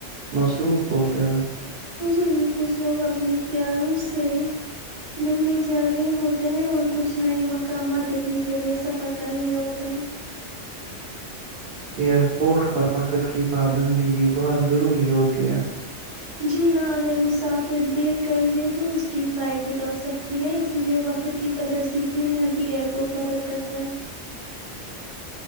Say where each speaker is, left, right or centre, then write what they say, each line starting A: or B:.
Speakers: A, on the right (about 60°); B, on the right (about 25°).
A: مصروف ہوتے ہیں <unintelligible>
B: مجھے بھی کچھ لوگ اپنے <unintelligible> پیاروں سے ملنے جا رہے ہوتے ہیں اور کچھ نئے مقامات دیکھنے کے لیئے سفر کر رہے ہوتے ہیں <unintelligible>
A: ایئرپورٹ پر وقت کی پابندی بھی بہت ضروری ہوتی ہے <unintelligible>
B: <inaudible> <unintelligible>